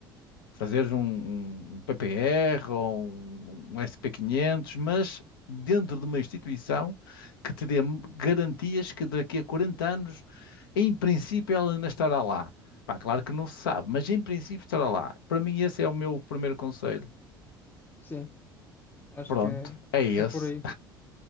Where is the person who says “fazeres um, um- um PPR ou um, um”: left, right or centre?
Left